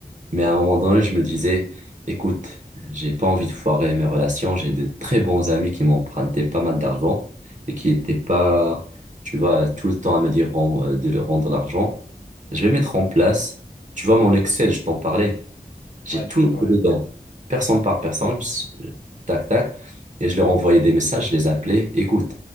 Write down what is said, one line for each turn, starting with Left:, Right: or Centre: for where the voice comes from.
Right: Mais à un moment donné, je me disais, écoute, j'ai pas envie de foirer mes relations, j'ai de très bons amis qui m'empruntaient pas mal d'argent et qui étaient pas, tu vois, tout le temps à me dire rend- de leur rendre l'argent. Je vais mettre en place, tu vois, mon Excel, je t'en parlais. J'ai
Left: Ouais, tu
Right: tout
Left: m'en
Right: noté
Left: parlais.
Right: dedans, personne par personne, s- euh, tac, tac. Et je leur envoyais des messages, je les appelais, écoute,